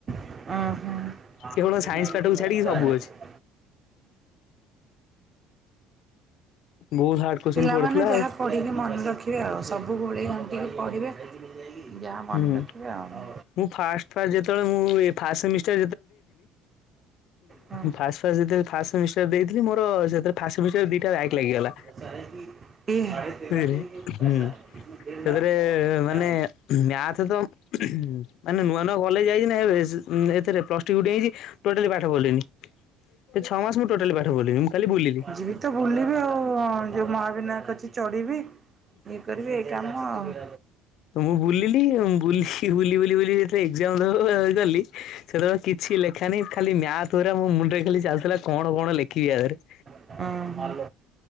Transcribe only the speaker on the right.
ଓହୋ।
ପିଲାମାନେ
ଯାହା
ପଢ଼ିକି ମନେ ରଖିବେ ଆଉ, ସବୁ ଗୋଳେଇ ଘାଣ୍ଟିକି ପଢ଼ିବେ ଯାହା ମନେ
ରଖିବେ ଆଉ।
ହଁ।
<inaudible>
ଯିବି ତ ବୁଲିବି ଆଉ ଯୋଉ ମହାବିନାୟକ ଅଛି ଚଢିବି ଇଏ କରିବି ଏଇ କାମ ଆଉ।
ଅ ହଁ